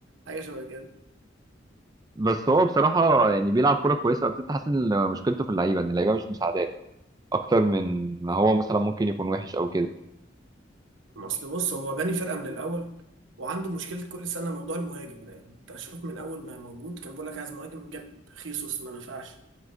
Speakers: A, on the right; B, on the right.
A: حاجه شبه كده
B: بس هو بصراحه يعني بيلعب كوره كويسه ارتيتا حاسس ان مشكلته في اللعيبه ان اللعيبه مش مساعداه اكتر من ما هو مثلا ممكن يكون وحش او كده
A: ما اصل بص هو باني فرقه من الاول وعنده مشكله كل سنه موضوع المهاجم ده يعني انت شوف من اول ما موجود كان بيقول لك عايز مهاجم جاب خيسوس ما نفعش